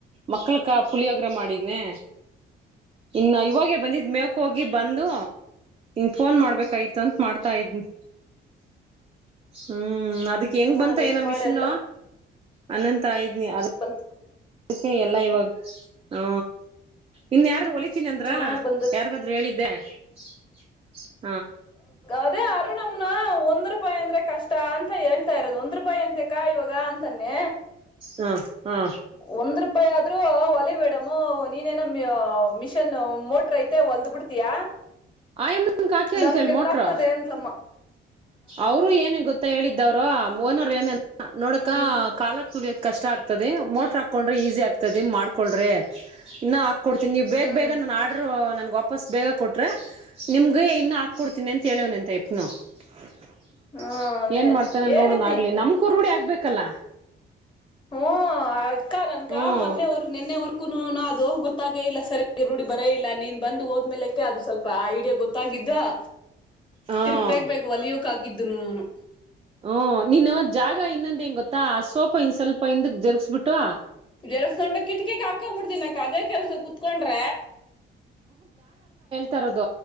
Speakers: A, on the right; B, on the left.
A: ಮಕ್ಳಕ ಪುಳಿಯೋಗರೆ ಮಾಡಿದನನೆ ಇನ್ನ ಇವಾಗೇ ಬಂದಿದ್ ಮೇ ಹೋಗಿ ಬಂದು ಫೋನ್ ಮಾಡ್ಬೇಕಾಯತ ಅಂತ ಮಾಡ್ತಾ ಇದ್ನಿ ಹ್ಮ್ ಅದಕ್ಕೆ ಹೆಂಗ್
B: ಹ್ಮ
A: ಬಂತ
B: ರೆಡಿ
A: ಏನ
B: ಮಾಡೆಲ್ಲಾ
A: ಮಿಷಿನ್ ಅನ್ನಂತ ಹಂಗಂತ ಅದ
B: <inaudible>
A: ಅದಕ್ಕೆ ಎಲ್ಲ ಇವಾಗ ಹ ಇನ್ ಯಾರ ಹೊಲಿ ಹೋಲ್ತಿನ್ ಅಂದ್ರ
B: ಚೆನ್ನಾಗ್
A: ಹೇಳ್ತೀನಿ
B: ಬಂದತಿ
A: ಅಂದ್ರ ಯಾರಿಗಾದರೂ ಹೇಳಿದ್ದೆ <inaudible>
B: ಅದೇ ಅರುಣಮ್ಮನ ಒಂದ್ ರೂಪಾಯಿ ಅಂದ್ರೆ ಕಷ್ಟ ಅಂತ ಹೇಳ್ತಾ ಇರೋದು ಒಂದ್ ರೂಪಾಯಿ ಅಂತೆ ಕಾ ಇವಾಗ ಅಂತಾನೆ
A: ಹಾ ಹಾ
B: ಒಂದ್ ರೂಪಾಯಿ ಆದ್ರೂ ಒಲೆ ಮೇಡಮು ನೀನೇನೋ ಮಿಷನ್ ಮೋಟ್ರ ಐತೆ ಹೊಲ್ದ ಬಿಡ್ತೀಯಾ
A: ಆಯಮ್ಮನ್ಗ್ ಹಾಕೆ
B: ನನಕ್
A: ಅಂತ ಹೇಳಿ
B: ಎಲ್ಲ
A: ಮೋಟ್ರ
B: ಆಗ್ತದೆ ಅಂತಲಮ್ಮ
A: ಅವರು ಏನ ಗೊತ್ತಾ ಹೇಳಿದ್ದವರು ಓನರ್ ಏನಂತ ಹ ನೋಡಕ
B: ಹ್ಮ್
A: ಕಾಲ ತುಲಿಯೋದ ಕಷ್ಟ ಆಗ್ತದೆ ಮೋಟ್ರ ಹಾಕೊಂಡ್ರೆ ಈಸಿ ಆಗ್ತದೆ ಮಾಡ್ಕೊಳ್ರೆ ಇನ್ನ ಕೊಡ್ತೀನಿವು ಬೇಗ
B: ಹ್ಮ್
A: ಬೇಗ ನನ್ನ ಆರ್ಡರ್ ನನ್ ವಾಪಸ್ ಬೇಗ ಕೊಟ್ರೆ ನಿಮ್ಗೆ ಇನ್ನು ಹಾಕ ಕೊಡ್ತನಿ ಅಂತ ಎಳೆಯೋನಂತೆ <unintelligible>
B: ಹಾ ಅದೇ
A: ಏನ್ ಮಾಡ್ತಾನೆ
B: ಹೇಳಿದ್ನಿ
A: ನೋಡೋಣ ಆಗ್ಲಿ ನಮ್ಕೂ ರೂಡಿ ಆಗ್ಬೇಕಲ್ಲ
B: ಹ್ಮ ಅಕ್ಕಾ ನನ್ಕಾ
A: ಹ್ಮ್
B: ಮೊನ್ನೆವರ್ ನಿನ್ನೆವರ್ಕೂನು ದು ಗೊತ್ತಾಗೇ ಇಲ್ಲ ಸರಿ ರೂಢಿ ಬರೇ ಇಲ್ಲ ನೀನ್ ಬಂದು ಹೋದ್ಮೇಲೆಕ್ಕೆ ಅದು ಸ್ವಲ್ಪ ಐಡಿಯಾ ಗೊತ್ತಾಗಿದ್ದು ಹ
A: ಹ್ಮ್
B: ತಿರುಗಿ ಬೇಗ ಬೇಗ ಹೊಲಿಯೋಕ್ಕಾಗದ ಹಗಿದ್ದುನು ನಾನು
A: ಹಓ ನೀನ್ ಜಾಗ ಇನ್ನಂದ ಹೆಂಗ ಗೊತ್ತಾ ಆ ಸೋಪ ಇಿಂದ ಸ್ವಲ್ಪ ಹಿಂದ ಜರ್ಗ್ಸ್ಬಿಟ್ಟು
B: ಜರ್ಸ್ಕೊಂಡು ಕಿಟಕಿಕ್ ಹಾಕಬಡ್ತಿನಕ ಅದೇ ಕೆಲ್ಸ ಕುೂತ್ಕೊಂಡ್ರ
A: ತರದ